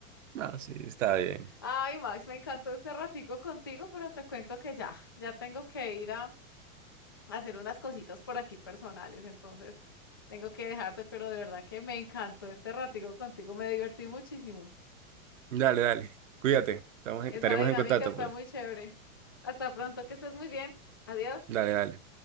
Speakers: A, on the right; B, on the left.
A: No, sí, está bien.
B: Ay, Max, me encantó este ratico contigo, pero te cuento que ya, ya tengo que ir a hacer unas cositas por aquí personales, entonces tengo que dejarte, pero de verdad que me encantó este ratico contigo, me divertí muchísimo.
A: Dale, dale. Cuídate. Estamos en-
B: Esa
A: estaremos
B: dinámica
A: en contacto,
B: está
A: pues.
B: muy chévere. Hasta pronto, que estés muy bien. Adiós.
A: Dale, dale.